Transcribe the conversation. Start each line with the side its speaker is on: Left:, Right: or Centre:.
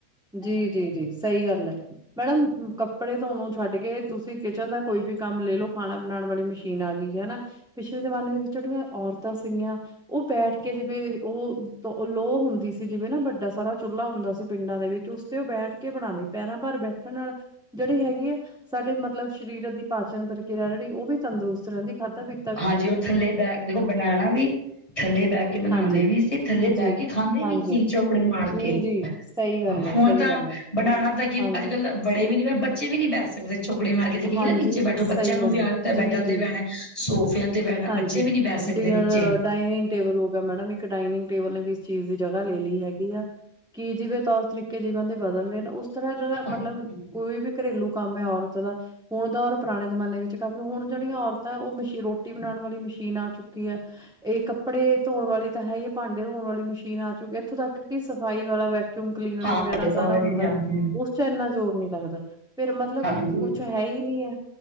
Centre: ਜੀ ਜੀ ਜੀ ਸਹੀ ਗੱਲ ਹੈ ਮੈਡਮ ਕੱਪੜੇ ਧੋਣੋ ਛੱਡ ਕੇ ਤੁਸੀਂ ਕਿਚਨ ਦਾ ਕੋਈ ਵੀ ਕੰਮ ਲੈ ਲਓ ਖਾਣਾ ਬਣਾਉਣ ਵਾਲੀ ਮਸ਼ੀਨ ਮਸੀਨ ਆ ਗਈ ਹਨਾ ਪਿਛਲੇ ਜ਼ਮਾਨੇ ਦੇ ਵਿੱਚ ਜਿਹੜੀਆਂ ਔਰਤਾਂ ਸੀਗੀਆਂ ਉਹ ਬੈਠ ਕੇ ਜਿਵੇਂ ਉਹ ਲੋਹ ਹੁੰਦੀ ਸੀ ਹਨਾ ਵੱਡਾ ਸਾਰਾ ਚੁੱਲ੍ਹਾ ਹੁੰਦਾ ਸੀ ਪਿੰਡਾਂ ਦੇ ਵਿੱਚ ਉਸ ਤੇ ਉਹ ਬੈਠ ਕੇ ਬਣਾਂਦੇ ਪੈਰਾਂ ਭਾਰ ਬੈਠਣ ਨਾਲ ਜਿਹੜੀ ਹੈਗੀ ਆ ਸਾਡੇ ਮਤਲਬ ਸਰੀਰ ਦੀ ਪਾਚਨ ਪ੍ਰਕਿਰਿਆ ਜਿਹੜੀ ਉਹ ਵੀ ਤੰਦਰੁਸਤ ਰਹਿੰਦੀ ਖਾਦਾਂ ਪੀ
Left: ਹਾਂਜੀ ਉਹ ਥੱਲੇ ਬਹਿ ਕੇ ਦੇਖੋ ਬਣਾਉਣਾ ਵੀ ਥੱਲੇ ਬਹਿ ਕੇ ਬਣਾਉਂਦੇ
Centre: ਹਾਂਜੀ,
Left: ਵੀ ਸੀ ਥੱਲੇ ਬਹਿ
Centre: ਜੀ,
Left: ਕੇ ਖਾਂਦੇ
Centre: ਹਾਂਜੀ।
Left: ਵੀ ਸੀ ਚੋਕੜੀ ਮਾਰ
Centre: ਜੀ,
Left: ਕੇ
Centre: ਜੀ ਸਹੀ ਗੱਲ
Left: ਹੁਣ
Centre: ਐ, ਸਹੀ
Left: ਤਾਂ
Centre: ਗੱਲ ਐ,
Left: ਬਣਾਉਣਾ ਤਾਂ ਕੀ
Centre: ਹਾਂਜੀ,
Left: ਅੱਜ ਕੱਲ ਦਾ ਬੜੇ ਵੀ ਨਈ ਬੱਚੇ ਵੀ ਨੀ ਬਹਿ ਸਕਦੇ ਚੋਕੜੀ ਮਾਰ ਜੇ ਕਹੀ
Centre: ਹਾਂਜੀ
Left: ਨਾ ਨੀਚੇ ਬੈਠੋ
Centre: ਸਹੀ
Left: ਬੱਚਿਆਂ ਨੂੰ
Centre: ਗੱਲ
Left: ਵੀ ਆ
Centre: ਐ,
Left: ਦਿੱ ਬੈਡਾਂ
Centre: ਜੀ, ਜੀ,
Left: ਤੇ ਬੈਣਾ
Centre: ਜੀ।
Left: ਸੋਫਿਆਂ ਤੇ ਬਹਿਣਾ
Centre: ਹਾਂਜੀ
Left: ਬੱਚੇ ਵੀ ਨੀ ਬਹਿ ਸਕਦੇ
Centre: ਡਿਨਰ
Left: ਨੀਚੇ
Centre: ਡਾਇਨਿੰਗ ਟੇਬਲ ਹੋਗਾ ਮੈਡਮ ਇੱਕ ਡਾਇਨਿੰਗ ਟੇਬਲ ਨੇ ਵੀ ਇਸ ਚੀਜ਼ ਦੀ ਜਗ੍ਹਾ ਲੈ ਲਈ ਹੈਗੀ ਆ ਕੀ ਜਿਵੇਂ ਤੌਰ ਤਰੀਕੇ ਜੀਵਨ ਦੇ ਬਦਲ ਰਹੇ ਨੇ ਉਸ ਤਰ੍ਹਾਂ ਤਰ੍ਹਾਂ ਮਤਲਬ
Left: ਹਾਂਜੀ
Centre: ਕੋਈ ਵੀ ਘਰੇਲੂ ਕੰਮ ਹੈ ਔਰਤ ਦਾ ਹੁਣ ਤਾਂ ਔਰ ਪੁਰਾਣੇ ਜ਼ਮਾਨੇ ਵਿੱਚ ਕਾਫੀ ਹੁਣ ਜਿਹੜੀਆਂ ਔਰਤਾ ਹੈ ਉਹ ਮਸ਼ੀ ਰੋਟੀ ਬਣਾਉਣ ਵਾਲੀ ਮਸ਼ੀਨ ਆ ਚੁੱਕੀ ਹੈ ਇਹ ਕੱਪੜੇ ਧੋਣ ਵਾਲੀ ਤਾਂ ਹੈ ਹੀ ਭਾਂਡੇ ਧੋਣ ਵਾਲੀ ਮਸ਼ੀਨ ਆ ਚੁੱਕੀ ਇੱਥੋਂ ਤੱਕ ਕਿ ਸਫ਼ਾਈ ਵਾਲਾ ਕਿਉਂ ਕਲੀਨਰ
Left: ਹਾਂ
Centre: ਵਗੈਰਾ
Left: ਭਾਂਡੇ ਧੋਣ
Centre: ਸਾਰਾ
Left: ਵਾਲੀ
Centre: ਹੁੰਦਾ
Left: ਵੀ ਆਉਂਦੀ ਹੈ
Centre: ਉਸ ਚ ਇੰਨਾ ਜ਼ੋਰ ਨੀ ਲੱਗਦਾ ਫਿਰ ਮਤਲਬ
Left: ਹਾਂਜੀ
Centre: ਕੁਛ ਹੈ ਹੀ ਨੀ ਐ